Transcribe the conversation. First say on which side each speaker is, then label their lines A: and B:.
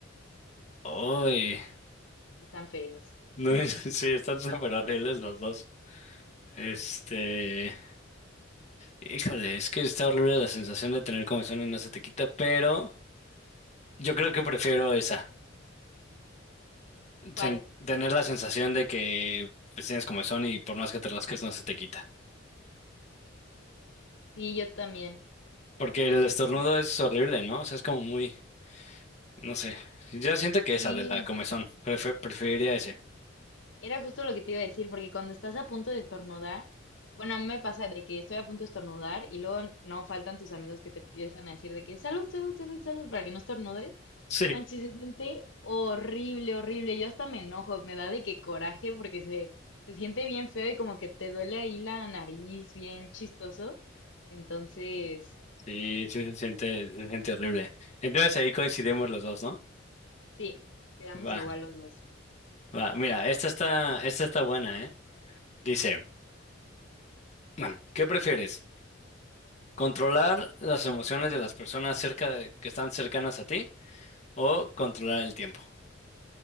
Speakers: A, on the left; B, on the left.
A: Uy,
B: Están feos.
A: no,
B: <laughs>
A: <laughs> sí, están súper horribles los dos. Este, híjole, es que está horrible la sensación de tener comezón y no se te quita, pero yo creo que prefiero esa,
B: ¿Cuál?
A: sen- tener la sensación de que pues, tienes comezón y por más que te rasques no se te quita.
B: Sí, yo también.
A: Porque el estornudo
B: Es que
A: es horrible, ¿no? O sea, es como muy, no sé. Yo siento que esa
B: sí,
A: de la comezón, prefe- preferiría ese.
B: era justo lo que te iba a decir, porque cuando estás a punto de estornudar, bueno, a mí me pasa de que estoy a punto de estornudar y luego no faltan tus amigos que te empiezan a decir de que salud, salud, salud, salud, para que no estornudes.
A: Sí,
B: No Manches, se siente horrible, horrible. Yo hasta me enojo, me da de que coraje porque se, se siente bien feo y como que te duele ahí la nariz, bien chistoso. Entonces,
A: Sí, sí se siente, se siente horrible. Entonces ahí coincidimos los dos, ¿no?
B: sí, quedamos
A: Va,
B: igual los dos.
A: va. Mira, esta está, esta está buena, ¿eh? Dice, bueno, ¿qué prefieres? ¿Controlar las emociones de las personas cerca de, que están cercanas a ti o controlar el tiempo?